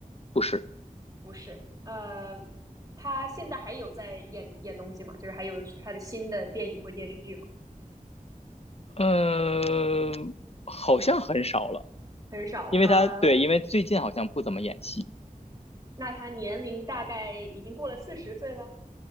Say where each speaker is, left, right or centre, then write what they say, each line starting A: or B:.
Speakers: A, on the left; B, on the right.
A: 不是，
B: 不是，呃，他现在还有在演演东西吗？就是还有他的新的电影或电视剧吗？
A: 嗯、好像很少了，
B: 很少了，
A: 因为他对，
B: 呃，
A: 因为最近好像不怎么演戏，
B: 那他年龄大概已经过了四十岁了，